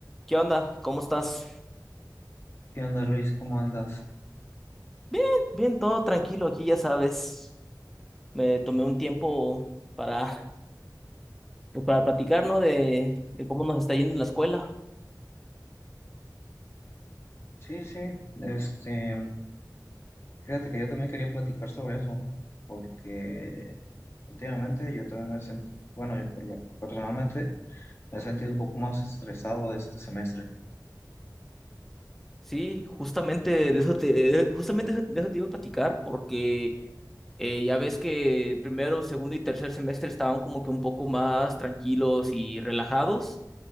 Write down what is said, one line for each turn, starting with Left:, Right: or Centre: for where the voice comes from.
Centre: ¿Qué onda? ¿Cómo estás?
Left: ¿Qué onda, Luis? ¿Cómo andas?
Centre: Bien, bien, todo tranquilo aquí, ya sabes. Me tomé un tiempo para, pues, para platicar, ¿no? De, de cómo nos está yendo en la escuela.
Left: Sí, sí, este, fíjate que yo también quería platicar sobre eso, porque últimamente yo también me sentí, bueno, yo por lo- personalmente me he sentido un poco más estresado de este semestre.
Centre: Sí, justamente de eso te, justamente de eso de eso te iba a platicar, porque eh, ya ves que primero, segundo y tercer semestre estaban como que un poco más tranquilos y relajados.